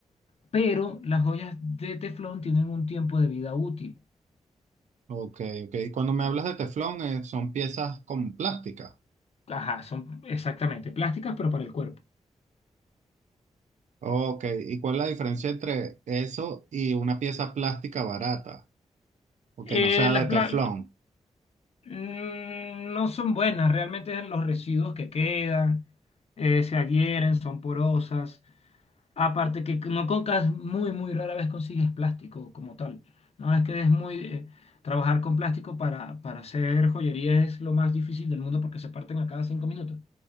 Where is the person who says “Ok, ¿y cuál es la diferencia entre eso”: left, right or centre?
Right